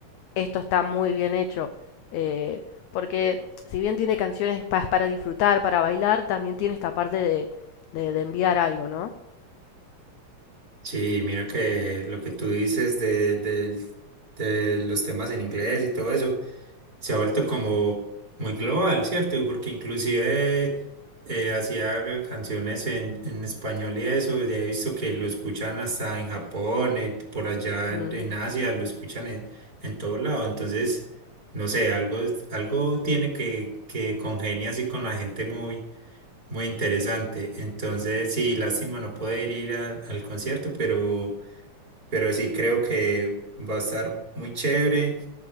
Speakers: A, on the left; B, on the right.
A: esto está muy bien hecho. Eh, porque si bien tiene canciones pa- para disfrutar, para bailar, también tiene esta parte de, de, de enviar algo, ¿no?
B: Sí, mira que lo que tú dices de, del- de los temas en inglés y todo eso. se ha vuelto como muy global, ¿cierto? Porque inclusive eh, hacía canciones en, en español y eso, ya he visto que lo escuchan hasta en Japón, eh, por allá
A: Mm,
B: en Asia, lo escuchan en, en todo lado, entonces, no sé, algo, algo tiene que, que congenia así con la gente muy, muy interesante, entonces sí, lástima no poder ir al al concierto, pero, pero sí creo que va a estar muy chévere.